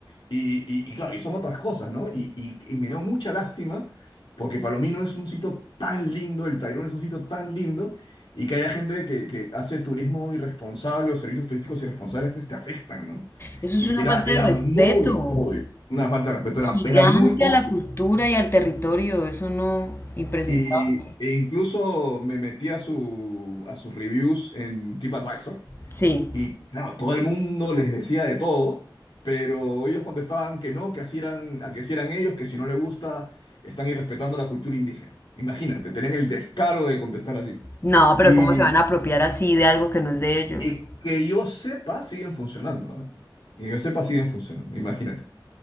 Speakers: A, on the left; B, on the left.
A: Y, y- y claro, y son otras cosas, ¿no? Y, y- y me dio mucha lástima porque Palomino es un sitio tan lindo, el Tayrona es un sitio tan lindo, y que haya gente que, que hace turismo irresponsable o servicios turísticos irresponsables, pues te afectan, ¿no?
B: Eso es
A: Y
B: una
A: era,
B: falta
A: era
B: de respeto
A: Sí. muy obvio, una falta de respeto,
B: gigante
A: era, era muy obvio.
B: a la cultura y al territorio. Eso no, impresentable.
A: Y, e incluso me metí a, su, a sus reviews en TripAdvisor
B: Sí.
A: Y claro, todo el mundo les decía de todo, pero ellos contestaban que no, que así eran, a que así eran ellos, que si no le gusta, están irrespetando la cultura indígena. Imagínate, tenían el descaro de contestar así.
B: No, pero
A: Y,
B: ¿cómo se van a apropiar así de algo que no es de ellos?
A: y que yo sepa, siguen funcionando, ¿ah? Que yo sepa, siguen funcionando, imagínate.